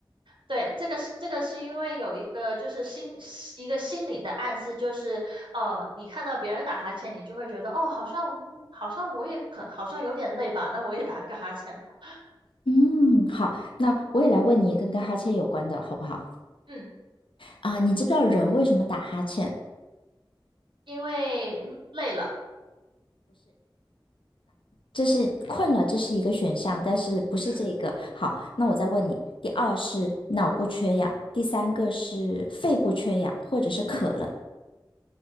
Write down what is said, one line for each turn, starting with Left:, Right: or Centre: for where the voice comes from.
Right: 对，这个是这个是因为有一个就是心一个心理的暗示，就是呃，你看到别人打哈欠，你就会觉得哦，好像嗯好像我也可好像有点累吧，那我也打一个哈欠吧。
Left: 嗯，好，那我也来问你一个跟哈欠有关的好不好？
Right: 嗯，
Left: 啊，你知不知道人为什么打哈欠？
Right: 因为累了。
Left: 这是困了，这是一个选项，但是不是这一个。
Right: 嗯
Left: 好，那我再问你，
Right: 嗯，
Left: 第二是脑部缺氧，第三个是肺部缺氧，或者是渴了。